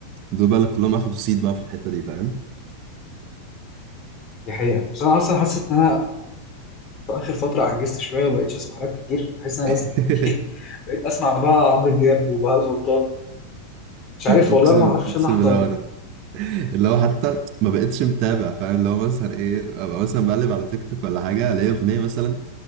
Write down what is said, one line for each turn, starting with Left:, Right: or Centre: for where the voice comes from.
Right: دول بقى اللي كلهم اخدوا صيت بقى في الحتة دي فاهم
Left: دي حقيقة بس انا اصلا حاسس ان انا في اخر فترة عجزت شوية وما بقتش اسمع راب كتير بحس ان انا
Right: <laughs>
Left: بسمع يعني <laughs> بقيت بسمع بقى عمرو دياب وبهاء سلطان مش عارف
Right: اقسم
Left: والله ما اعرفش
Right: اقسم
Left: إيه اللي حصل
Right: بالله
Left: لي
Right: وانا اللي هو حتى ما بقتش متابع فاهم اللي هو مثلا ايه ابقى مثلا بقلب على تيك توك ولا حاجه الاقي اغنيه مثلا